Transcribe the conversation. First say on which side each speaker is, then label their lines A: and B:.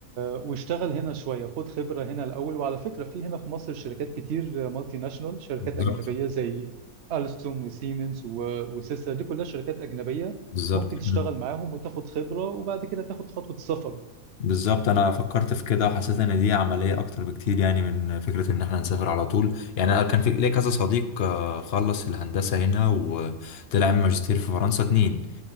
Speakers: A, on the right; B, on the left.
A: واشتغل هنا شوية خد خبرة هنا الأول وعلى فكرة في هنا في مصر شركات كتير مالتي ناشونال شركات
B: بالظبط
A: أجنبية زي ألستوم وسيمنز و... وسيسر دي كلها شركات أجنبية
B: بالظبط
A: ممكن تشتغل
B: مم.
A: معاهم وتاخد خبرة وبعد كده تاخد خطوة السفر
B: بالظبط انا فكرت في كده وحسيت ان دي عمليه اكتر بكتير يعني من فكره ان احنا نسافر على طول يعني انا كان في ليا كذا صديق آه، خلص الهندسه هنا وطلع عمل ماجستير في فرنسا اتنين